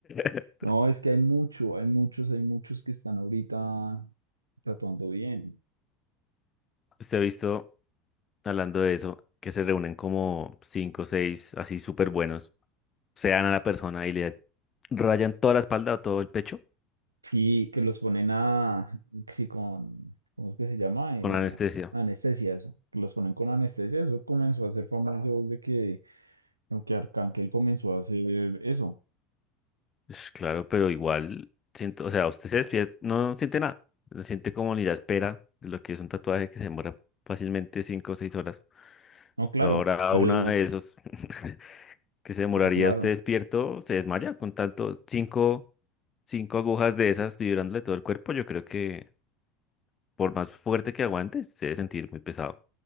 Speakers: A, on the left; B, on the right.
A: <laughs>
B: No, es que hay mucho, hay muchos, hay muchos que están ahorita tatuando bien.
A: Usted ha visto, hablando de eso, que se reúnen como 5 o 6 así súper buenos, se dan a la persona y le rayan toda la espalda o todo el pecho
B: Sí, que los ponen a, sí, con, ¿cómo es que se llama? Eh,
A: con anestesia.
B: anestesia, eso. Que los ponen con anestesia, eso comenzó a ser famoso desde que, que Arcángel comenzó a hacer eso.
A: Pues claro, pero igual siento, o sea, usted se despierta, no siente nada, se siente como ni la espera de lo que es un tatuaje que se demora fácilmente cinco o seis horas.
B: No, claro,
A: Ahora
B: pero,
A: una de esos <laughs> que se demoraría
B: no, claro.
A: usted despierto, se desmaya con tanto cinco, cinco agujas de esas vibrándole todo el cuerpo, yo creo que por más fuerte que aguante, se debe sentir muy pesado.